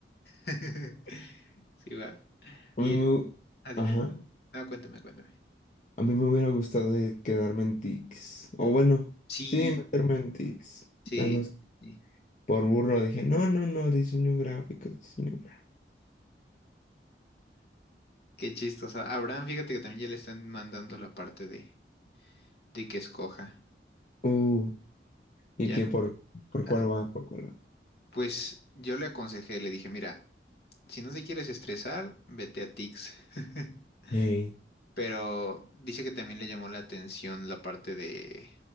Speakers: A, on the left; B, on the left.
A: <laughs> Sí, va.
B: A
A: Y,
B: mí me... hu-
A: ah, dime,
B: Ajá.
A: ah, cuéntame, cuéntame.
B: A mí me hubiera gustado eh, quedarme en Tix. O bueno,
A: Sí,
B: sí, meterme en Tix.
A: sí,
B: Nada más
A: sí.
B: por burro dije, no, no, no, diseño gráfico, diseño gráfico.
A: Qué chistoso. A Abraham, fíjate que también ya le están mandando la parte de, de que escoja.
B: Uh.
A: Ya,
B: ¿Y que
A: le-
B: por, por
A: ah,
B: cuál va? ¿Por cuál va?
A: pues yo le aconsejé, le dije, mira, si no te quieres estresar, vete a Tix. <laughs>
B: Ey,
A: Pero dice que también le llamó la atención la parte de...